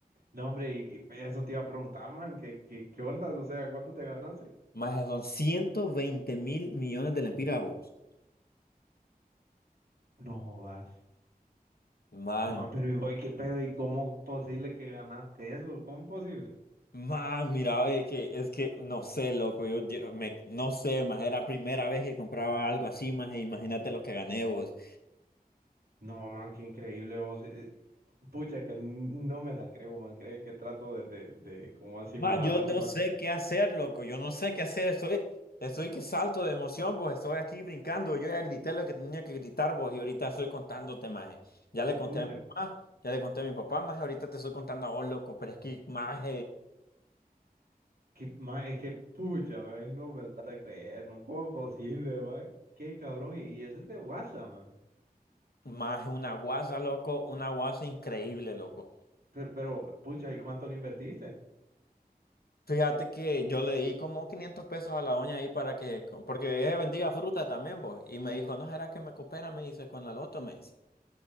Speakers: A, on the right; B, on the left.
A: No, hombre, y, y eso te iba a preguntar, man, ¿qué, qué, qué ondas? O sea, ¿cuánto te ganaste?
B: más son ciento veinte mil millones de lempiras, vos,
A: No jodas.
B: man.
A: Man, pero ¿y voy, qué pedo? ¿Y cómo posible que ganaste eso? ¿Cómo posible?
B: Man, mira, ve que es que no sé, loco, yo, yo me, no sé, más era la primera vez que compraba algo así, más imagínate lo que gané vos.
A: No, man, qué increíble vos. eh, Pucha, que n- no me la creo, man. Cree que trato de, de, de como asimilarlo,
B: Más, yo no
A: man.
B: sé qué hacer, loco, yo no sé qué hacer, estoy, estoy que salto de emoción, vos, estoy aquí brincando, yo ya grité lo que tenía que gritar, vos, y ahorita estoy contándote, más. Ya le conté
A: Pucha.
B: a mi mamá, ya le conté a mi papá, más ahorita te estoy contando a vos, loco, pero es que más,
A: Que, ma, es que, pucha, man, no me la está creyendo. ¿Cómo es posible, man? Qué cabrón. Y, y ese es de WhatsApp, man.
B: más una guasa, loco, una guasa increíble, loco.
A: Pero, pero, pucha, ¿y cuánto le invertiste?
B: Fíjate que yo le di como 500 pesos a la doña ahí para que, porque ella vendía fruta también, vos. Y me dijo, no, ¿será que me coopera? Me dice, con la loto, me dice.